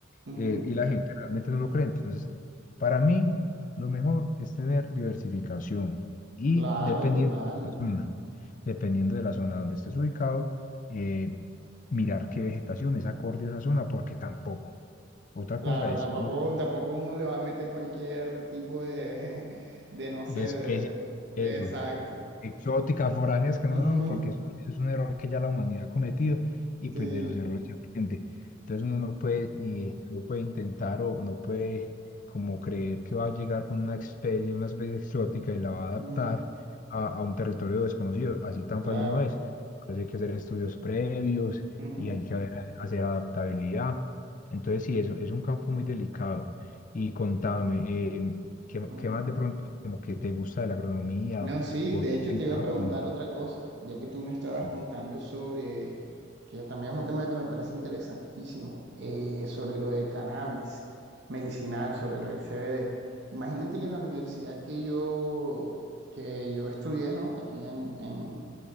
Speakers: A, on the right (about 60°); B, on the left (about 45°).
A: ujú,
B: eh, y la gente realmente no lo cree. Entonces, para mí, lo mejor es tener diversificación y
A: Claro,
B: dependiendo
A: total.
B: de la zona, dependiendo de la zona donde estés ubicado, eh, mirar qué vegetación es acorde a esa zona, porque tampoco. Otra
A: Claro,
B: cosa es
A: tampoco,
B: bo-
A: tampoco uno le va a meter cualquier tipo de, <laughs> de no sé,
B: de
A: de,
B: especies,
A: de
B: eso.
A: exacto.
B: exóticas, foráneas que
A: ujú,
B: no son, porque eso es un error que ya la humanidad ha cometido y
A: Sí.
B: pues de los errores se aprende. Entonces uno no puede, y no puede intentar o no puede como creer que va a llegar con una especie, una especie exótica y la va a adaptar
A: ujú,
B: a, a un territorio desconocido. Así tan
A: Claro.
B: fácil no es. Por hay que hacer estudios previos
A: ujú,
B: y hay que haber- hacer adaptabilidad. Entonces sí, es, es un campo muy delicado. Y contame, em, ¿qué,
A: ujú.
B: qué más de pronto como que te gusta de la agronomía?
A: No, sí,
B: o
A: de hecho
B: en
A: te
B: trabajo.
A: iba a preguntar
B: ¿no?
A: otra cosa, ya que tú me estabas
B: Sí,
A: contando sobre, que también es un tema que me parece interesantísimo, eh, sobre lo del cannabis medicinal, sobre lo del CBD. Imagínate que en la universidad que yo, que yo estudié, ¿no? Aquí en, en-